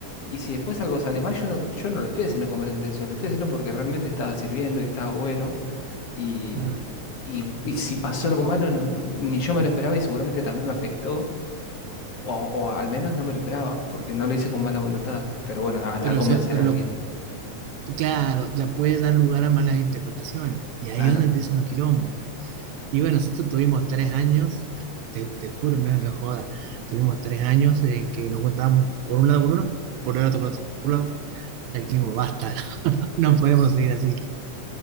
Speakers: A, on the left; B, on the right.
A: Y si después algo sale mal, yo no, yo no lo estoy haciendo con mala intención, lo estoy haciendo porque realmente estaba sirviendo y estaba bueno. Y,
B: claro,
A: y- y si pasó algo malo, no- ni yo me lo esperaba y seguramente también me afectó, o, o al menos no me lo esperaba, porque no lo hice con mala voluntad. Pero bueno, anda
B: pero,
A: a convencer
B: se- pero
A: a
B: lo,
A: alguien.
B: claro, la puede dar lugar a malas interpretaciones y ahí
A: Claro.
B: es donde empiezan los quilombos. Y bueno, nosotros tuvimos tres años, te, te juro, no, no es joda, tuvimos tres años en que nos juntábamos por un lado con uno, por el otro con otro, por un lado, hasta que dijimos, basta, <laughs> no, podemos seguir así.